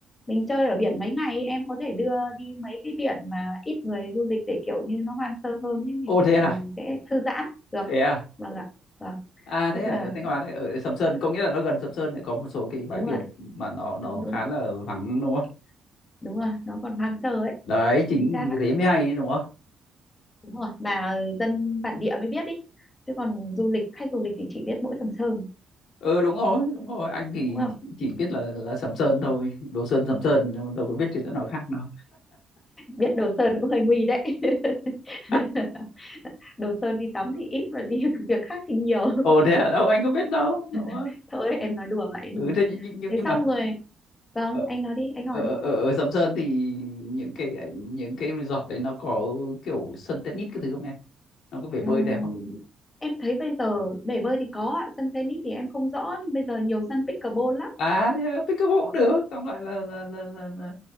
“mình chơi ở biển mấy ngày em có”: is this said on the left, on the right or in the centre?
Left